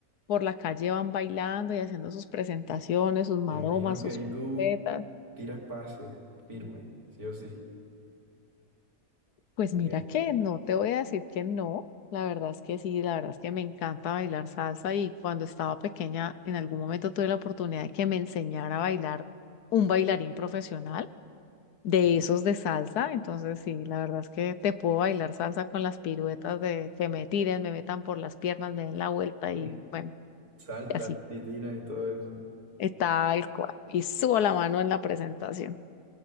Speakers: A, on the left; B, on the right.
A: por la calle van bailando y haciendo sus presentaciones, sus maromas,
B: Me imagino que
A: sus
B: ahí
A: piruetas.
B: tú tiras pases firme, sí o sí.
A: Pues
B: Te
A: mira
B: quedas
A: que no te voy a decir que no, la verdad es que sí, la verdad es que me encanta bailar salsa y cuando estaba pequeña en algún momento tuve la oportunidad de que me enseñara a bailar un bailarín profesional de
B: firme.
A: esos de salsa, entonces sí, la verdad es que te puedo bailar salsa con las piruetas de que me tiren, me metan por las piernas, me den la vuelta
B: <laughs>
A: y bueno,
B: Saltas,
A: y así
B: te tiras y todo eso.
A: está el cual y subo la mano en la presentación.